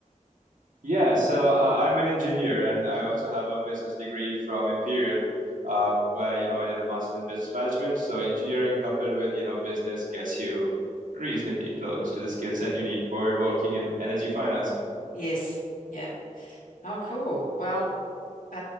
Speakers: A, on the right; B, on the left.
A: Yeah, so uh, I'm an engineer and I also have a business degree from Imperial, uh, where, you know, I did a master's in business management. So engineering coupled with, you know, business gets you reasonably close to the skill set you need for working in energy finance.
B: Yes. Yeah. Oh, cool. Well, uh,